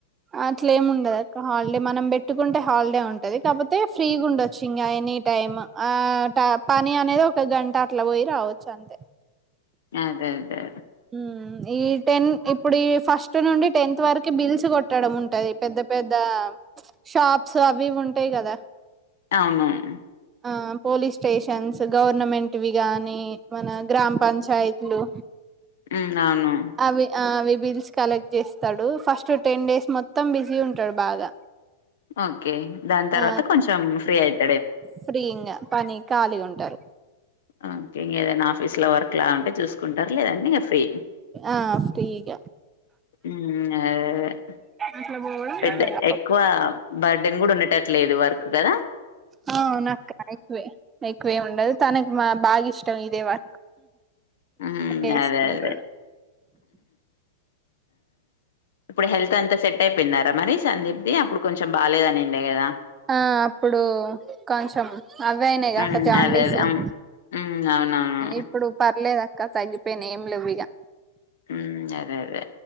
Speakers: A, on the right (about 20°); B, on the left (about 75°).
A: అట్లా ఏముండదు అక్క హాలిడే మనం పెట్ పెట్టుకుంటే హాలిడే ఉంటది కాకపోతే ఫ్రీగా ఉండొచ్చు ఇంగ ఎనీ టైమ్ ఆ పని అనేది ఒక గంట అట్లా పోయి రావచ్చు అంతే
B: అదే అదే
A: ఉం ఈ టెన్ ఇప్పుడు ఈ ఫస్ట్ నుండి టెన్త్ వరకి బిల్స్ కొట్టడం ఉంటది పెద్ద పెద్ద షాప్స్ అవి ఇవి ఉంటాయి కదా
B: అవునవును
A: ఆ పోలీస్ స్టేషన్స్ గవర్నమెంట్వి గానీ మన గ్రామ పంచాయతీలు
B: ఉం అవును
A: అవి ఆ అవి బిల్స్ కలెక్ట్ చేస్తాడు ఫస్ట్ టెన్ డేస్ మొత్తం బిజీ ఉంటాడు బాగా
B: ఓకే దాని తర్వాత
A: ఆ
B: కొంచెం ఫ్రీ అయితు
A: ఫ్రీ ఇంగా పని ఖాళీగా ఉంటారు
B: ఓకే ఇంగ ఏదైనా ఆఫీస్ లో వర్క్ లా ఉంటే చూసుకుంటారు లేదంటే ఫ్రీ.
A: ఆ ఫ్రీగ
B: ఉం అదే అదే
A: అట్లా పోవడం
B: పెద్ద
A: ఇట్లా రావడం
B: ఎక్కువ బర్డెన్ కూడా ఉండేటట్లేదు వర్క్ కదా
A: ఆ అవును అక్క ఎక్వే ఎక్వే ఉండదు తనకు మా బాగా ఇష్టం ఇదే వ
B: ఉం
A: చేసుకుంటాడు
B: అదే అదే ఇప్పుడు హెల్త్ అంతా సెట్ అయిపోయిందరా మరి సందీప్ది అప్పుడు కొంచెం బాలేదనిండే గదా!
A: ఆ అప్పుడు కొంచెం అవే అయినాయి గక్క
B: హ్మ్.
A: జాండీస్
B: అదే. అదే. హ్మ్.
A: ఉం
B: హ్మ్. అవునవును.
A: ఇప్పుడు పర్లేదు అక్క కా తగ్గిపోయినయి ఏం లేవ్ ఇగ
B: ఉం అదే అదే